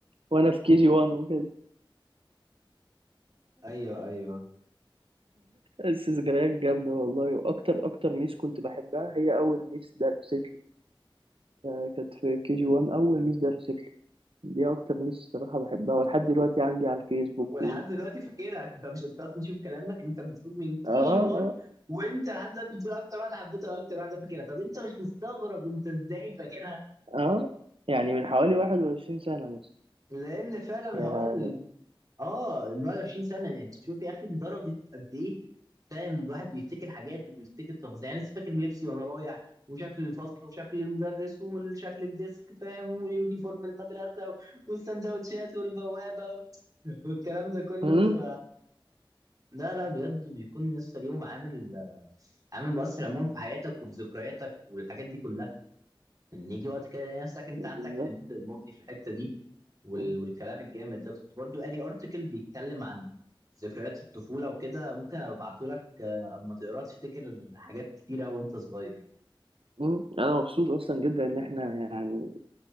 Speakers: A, on the right; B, on the right.
A: وانا في جي 1 وكده
B: ايوه ايوه
A: بس ذكريات جامده والله واكتر اكتر ميس كنت بحبها هي اول ميس درست لي هي كانت في جي 1 اول ميس درست لي دي اكتر ميس الصراحه بحبها ولحد دلوقتي عندي على الفيسبوك
B: ولحد
A: و...
B: دلوقتي فاكرها انت مش انت اصلا شوف كلامك انت بتقول من تي
A: اه
B: جي 1
A: اه
B: وانت لحد دلوقتي بتقول اكتر واحده حبيتها واكتر واحده فاكرها طب انت مش مستغرب انت ازاي فاكرها
A: اه يعني من حوالي 21 سنه مثلا
B: لان فعلا
A: يا
B: حوار اه 21 سنه يعني تشوف يا اخي لدرجه قد ايه فاهم الواحد بيفتكر حاجات وبيفتكر تفاصيل يعني لسه فاكر لبسي وانا رايح وشكل الفصل وشكل المدرس وشكل الديسك فاهم ويونيفورم المدرسه والسندوتشات والبوابه والكلام ده كله
A: مم.
B: ف لا لا بجد بيكون لسه ليهم عامل عامل مؤثر عموما في حياتك وفي ذكرياتك والحاجات دي كلها ان يجي وقت كده يلاقي نفسك انت
A: بالظبط
B: عندك حنين للماضي في الحته دي وال...
A: مم.
B: والكلام الجامد ده كنت برضو قاري ارتكل بيتكلم عن ذكريات الطفوله وكده ممكن ابعته لك آه، اما تقراه تفتكر حاجات كتيره وانت صغير
A: مم. انا مبسوط اصلا جدا ان احنا يعني